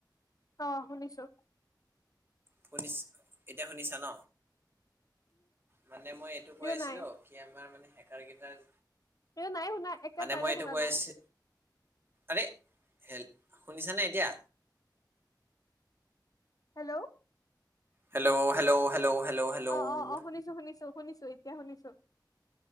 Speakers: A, on the left; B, on the right.
A: অ', শুনিছো।
B: শুনিছ এতিয়া শুনিছা ন? মানে মই এইটো কৈ
A: কিয়
B: আছিলো।
A: নাই
B: কি আমাৰ মানে হেকাৰ কেইটাৰ।
A: এই নাই শুনা একেবাৰে
B: মানে মই এইটো
A: শুনা
B: কৈ
A: নাই।
B: আছি আৰে হেল শুনিছানে এতিয়া?
A: Hello
B: hello hello hello. হেল্ল'
A: অ', অ', অ', শুনিছো, শুনিছো, শুনিছো এতিয়া শুনিছো।